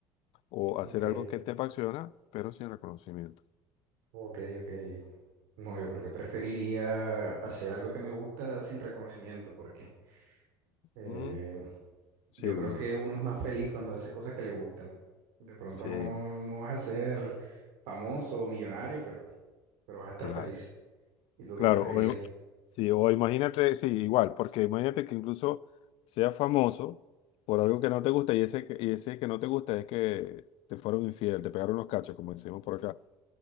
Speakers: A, on the left (about 60°); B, on the right (about 75°).
A: o
B: ok,
A: hacer algo que te apasiona, pero sin reconocimiento.
B: ok, ok. No, yo creo que preferiría hacer algo que me gusta sin reconocimiento, porque Eh,
A: Ujú. Sí,
B: yo
A: bien.
B: creo que uno es más feliz cuando hace cosas que le gustan. De pronto
A: sí,
B: no, no vas a ser famoso o millonario, pero, pero vas a estar
A: claro.
B: feliz. ¿Y tú qué
A: Claro,
B: preferirías?
A: o, im- sí, o imagínate, sí, igual, porque imagínate que incluso seas famoso por algo que no te gusta y ese, que- y ese que no te gusta es que te fueron infiel, te pegaron los cachos, como decimos por acá,